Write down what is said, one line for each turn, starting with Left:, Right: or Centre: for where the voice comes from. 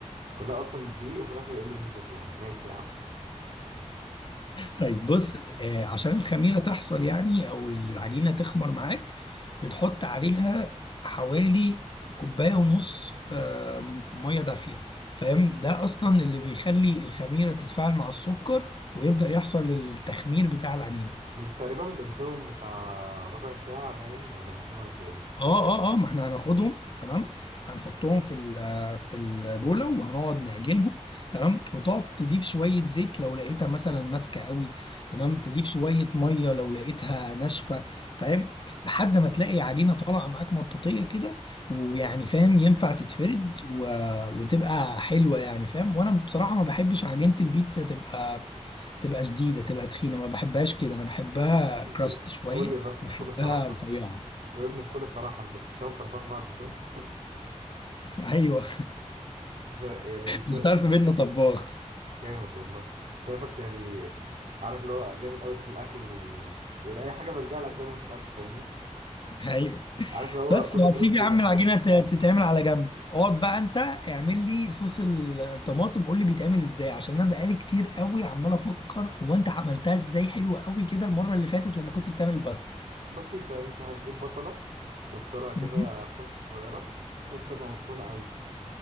Right: كلها اصلا دقيق وفي الاخر يقول لي زيت زيتون ماشي يا عم
Left: طيب بص آه عشان الخميرة تحصل يعني او العجينة تخمر معاك بتحط عليها حوالي كوباية ونص آه مية دافية فاهم ده اصلا اللي بيخلي الخميرة تتفاعل مع السكر ويبدأ يحصل التخمير بتاع العجينة
Right: مش تقريبا بنسيبهم بتاع ربع ساعة باين ولا بنسيبهم قد ايه
Left: اه اه اه ما احنا هناخدهم تمام هنحطهم في ال- في البوله وهنقعد نعجنهم تمام وتقعد تضيف شويه زيت لو لقيتها مثلا ماسكه قوي تمام تضيف شويه ميه لو لقيتها ناشفه فاهم لحد ما تلاقي عجينه طالعه معاك مطاطيه كده ويعني فاهم ينفع تتفرد و... وتبقى حلوه يعني فاهم وانا بصراحه ما بحبش عجينه البيتزا تبقى تبقى شديده تبقى تخينه ما بحبهاش كده انا بحبها
Right: قول
Left: كراست
Right: لي
Left: شويه
Right: قول لي بس
Left: بحبها
Right: بكل صراحة
Left: رفيعه
Right: جاوبني بكل صراحة انت بتشتغل طباخ بعد الدور <laughs>
Left: <laughs> ايوه
Right: ش- يعني ش...
Left: مش تعرف
Right: ش...
Left: بينا طباخ
Right: جامد والله شايفك يعني عارف اللي هو جامد قوي في الاكل و يعني اي حاجة بلجأ لك دايما في الاكل فاهمني
Left: ايوه
Right: عارف اللي هو
Left: بس
Right: كل جروب
Left: هسيب يا
Right: بيبقى
Left: عم العجينه ت- تتعمل على جنب اقعد بقى انت اعمل لي صوص الطماطم قول لي بيتعمل ازاي عشان انا بقالي كتير قوي عمال افكر هو انت عملتها ازاي حلوه قوي كده المره اللي فاتت لما كنت بتعمل الباستا
Right: بسيطة انت هتجيب بصلة تبشرها كده
Left: مهم.
Right: حتت صغيرة بحيث تبقى مفرومة قوي